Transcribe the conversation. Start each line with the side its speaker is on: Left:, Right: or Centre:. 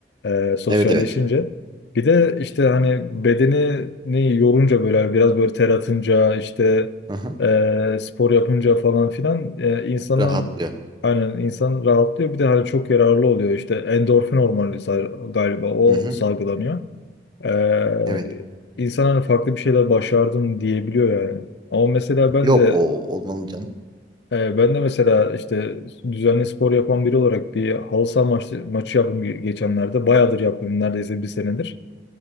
Left: e, sosyalleşince
Right: Evet evet.
Left: bir de işte hani bedenini yorunca böyle biraz böyle ter atınca işte
Right: Hı hı.
Left: e, spor yapınca falan filan e, insanın
Right: Rahatlıyor.
Left: aynen insan rahatlıyor. Bir de hani çok yararlı oluyor işte endorfin hormonu sar- galiba o
Right: Hı hı.
Left: salgılanıyor. E,
Right: Evet.
Left: insan hani farklı bir şeyler başardım diyebiliyor yani. Ama mesela ben
Right: Yok
Left: de
Right: o olmalı canım.
Left: e, ben de mesela işte düzenli spor yapan biri olarak bir halı saha maçı, maçı yaptım ge- geçenlerde. Bayağıdır yapıyorum neredeyse bir senedir.